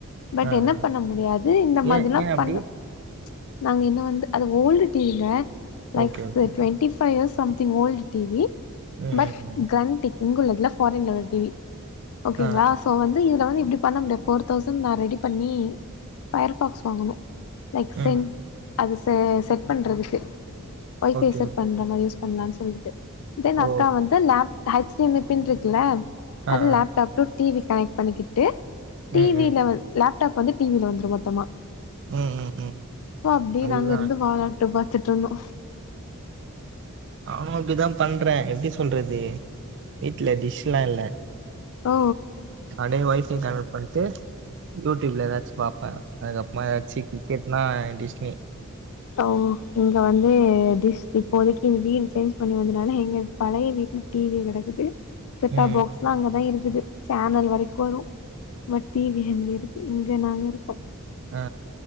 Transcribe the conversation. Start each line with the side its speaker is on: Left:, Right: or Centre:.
Left: பட்
Right: ஆ
Left: என்ன
Right: ஆ
Left: பண்ண முடியாது இந்த மாதிரிலா
Right: ஏ ஏ அப்டி
Left: பண்ண நாங்க இங்க வந்து அது ஓல்டு டிவில like
Right: okay okay okay
Left: twenty five years some ங் ஓல்டு டிவி
Right: ம்
Left: பட்
Right: ம் ம்
Left: கண்டிக் இங்கு உள்ளதுல ஃபாரின்ல உள்ள டிவி ஓகேங்களா
Right: ஆ
Left: சோ வந்து இதுல வந்து அப்படி பண்ண முடியாது ஃபோர் தௌசண்ட் நா ரெடி பண்ணி ஃபயர் ஃபக்ஸ் வாங்கனு லைக்
Right: ம்
Left: சென் அது செட் பண்றதுக்கு வை
Right: ஓகே
Left: பை செட்
Right: ஓகே
Left: பண்ற மாரி யூஸ் பண்ணலானு சொல்லிட்டு தென்
Right: ஓ
Left: அக்கா வந்து லப் ஹச்டிமல் பின் இருக்குல
Right: ஆ
Left: அது
Right: ஆ
Left: லேப்டாப் டூ டிவி கனெக்ட் பண்ணிக்கிட்டு
Right: ம்
Left: டிவில
Right: ம்
Left: வந்து லப் டாப் வந்து டிவில வந்துரு மொத்தமா
Right: ம் ம் ம்
Left: சோ அப்படி
Right: அதுதா
Left: நாங்க இருந்து வாட்ட ட்டு பாத்துட்டு இருந்தோ
Right: நானு அப்படிதா பண்றே எப்படி சொல்றது வீட்டுல டிஷ் எல்லா இல்ல
Left: ஓ
Right: அப்படியே வைப் பை கன்வெர்ட் பண்ணிட்டு யூ ட்யூப்ல ஏதாச் பாப்ப அதுக்கப்பறமாச்சு கிரிக்கெட் நா டிஸ்னி
Left: ஆ இங்க வந்து டிஷ் இப்போதைக்கு வீடு சேஞ்ச் பண்ணி வந்தனால எங்க பழைய வீ ட்ல டிவி கெடக்குது செட்டாப்
Right: ம்
Left: பாக்ஸ்லா அங்கதா இருக்குது சேனல் வரைக்குனு ல டிவி அங்க இருக்கு இங்க நாங்க இருக்கு
Right: ஆ